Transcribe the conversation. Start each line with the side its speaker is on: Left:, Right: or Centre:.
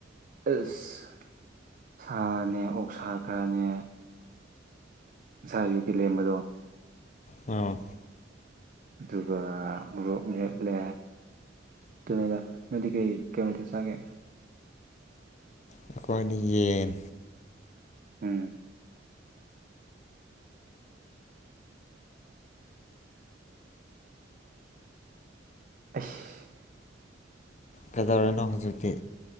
Right: ꯑꯁ ꯁꯥꯅꯦ ꯑꯣꯛ ꯁꯥ ꯈ꯭ꯔꯅꯦ ꯉꯁꯥꯏ ꯌꯨꯒꯤ ꯂꯦꯝꯕꯗꯣ
Left: ꯑ
Right: ꯑꯗꯨꯒ ꯃꯣꯛ ꯍꯦꯂꯦ ꯇꯗ ꯅꯗꯤ ꯀꯩ ꯀꯩꯃꯇ ꯆꯥꯒꯦ
Left: ꯑꯦꯀꯣꯗꯤ ꯌꯦꯟ
Right: ꯎꯝ ꯑꯁ
Left: ꯀꯗꯧꯔꯤꯅꯣ ꯍꯧꯖꯤꯛꯇꯤ